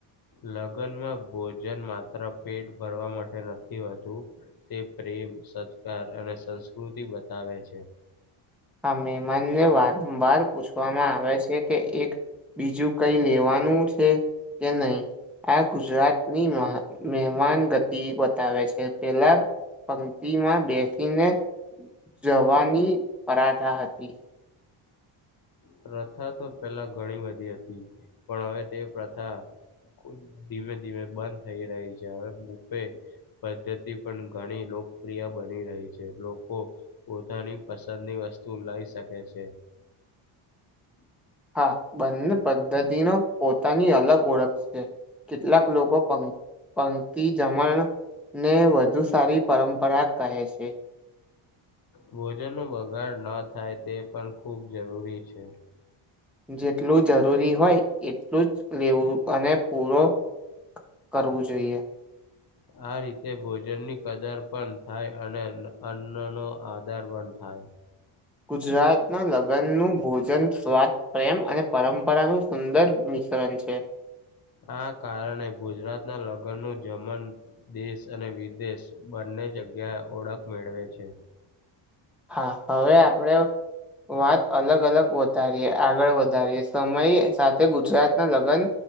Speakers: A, on the left; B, in the centre.
A: લગ્નમાં ભોજન માત્ર પેટ ભરવા માટે નથી હોતું. તે પ્રેમ, સત્કાર અને સંસ્કૃતિ બતાવે છે.
B: આ મેમાનને વારંવાર પૂછવામાં આવે છે કે એક બીજું કઈ લેવાનું છે કે નહી.? આ ગુજરાતની મહેમાન ગતિ બતાવે છે. પેલા, પંક્તિમાં બેસીને જવાની પરાઠા હતી
A: પ્રથા તો પેલા ઘણી બધી હતી પણ હવે તે પ્રથા ખ ધીમે ધીમે બંધ થઈ રહી છે હવે બફે પદ્ધતિ પણ ઘણી પ્રિય બની રહી છે લોકો પોતાની પસંદની વસ્તુ લઈ શકે છે
B: <inaudible>
A: હમ
B: હા બંને પદ્ધતિનો પોતાની અલગ ઓળખ છે કેટલાક લોકો પંક્તિ જમણ ને વધુ સારી પરંપરા કહે છે
A: ભોજનનો બગાડ ન થાય તે પણ ખૂબ જરૂરી છે
B: જેટલું જરૂરી હોય એટલું જ લેવું અને પૂરો કરવું જોઈએ
A: આ રીતે ભોજનની કદર પણ થાય અને અન્નનોો આધાર પણ થાય <inaudible>
B: ગુજરાતના લગ્ન નું ભોજન સ્વાદ પ્રેમ અને પરંપરાનું સુંદર મિશ્રણ છે
A: આ કારણે ગુજરાત ના લગ નગરનું જમન દેશ અને વિદેશ બંને જગ્યાએ ઓળખ મેળવે છે
B: હા હવે આપડે વાત અલગ અલગ વધારીએ આગળ વધારીએ સમય સાથે ગુજરાત ના લગ્ન